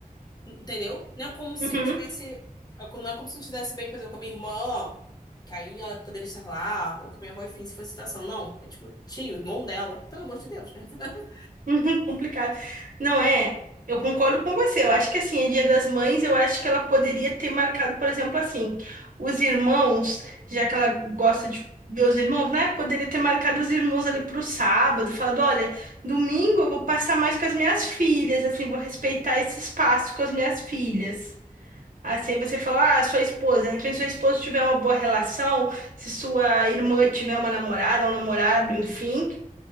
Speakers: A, on the left; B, on the right.
A: Entendeu? Não é como se eu
B: uhum.
A: tivesse. Não é como se eu tivesse bem, por exemplo, com a minha irmã, que aí ela poderia estar lá, ou com a minha avó, enfim, se fosse situação. Não. É tipo, tio, irmão dela. Pelo amor de Deus, né? <laughs>
B: <laughs> Uhum, Complicado. Não é? Eu concordo com você. Eu acho que assim, é Dia das Mães, eu acho que ela poderia ter marcado, por exemplo, assim, os irmãos, já que ela gosta de ver os irmãos, né? Poderia ter marcado os irmãos ali pro sábado, falando, olha, domingo eu vou passar mais com as minhas filhas, assim, vou respeitar esse espaço com as minhas filhas. Assim, você fala, ah, sua esposa, de repente sua esposa tiver uma boa relação, se sua irmã tiver uma namorada, um namorado, enfim